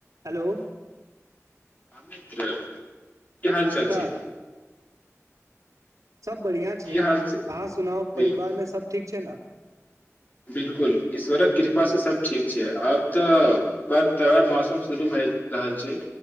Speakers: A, on the right; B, on the left.
A: hello
B: <unintelligible> की हाल
A: नमस्कार
B: चाल छै
A: सब बढ़िआँ छै
B: की
A: अहाँ
B: हाल
A: सुनाउ
B: बिलकुल
A: परिवार मे सब ठीक छै ने
B: बिलकुल ईश्वरक कृपा से सब ठीक छै आब तऽ पर्व त्यौहार मौसम शुरू भए रहल छै